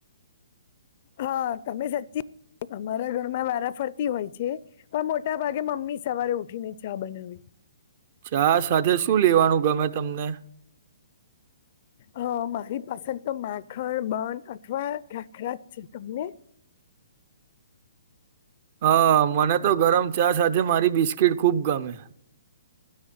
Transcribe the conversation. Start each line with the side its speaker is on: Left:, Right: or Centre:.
Left: હા તમે સાચી અમારા ઘરમાં વારા ફરતી હોય છે, પણ મોટા ભાગે મમ્મી સવારે ઉઠીને ચા બનાવે
Right: ચા સાથે શું લેવાનું ગમે તમને.
Left: હ મારી પાસે તો માખણ બંધ અથવા ખાખરા જ છે, તમને
Right: હા મને તો ગરમ ચા સાથે મારી બિસ્કીટ ખુબ ગમે.